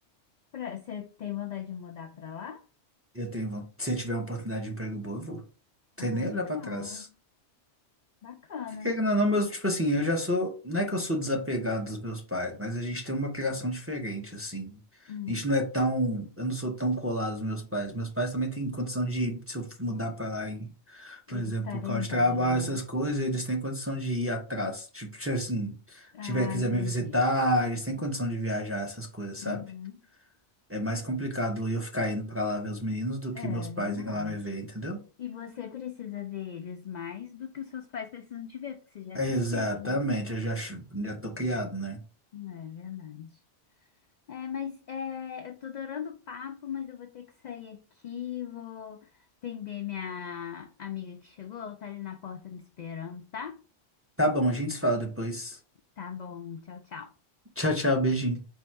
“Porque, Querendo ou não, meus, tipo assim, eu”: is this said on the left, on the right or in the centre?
Right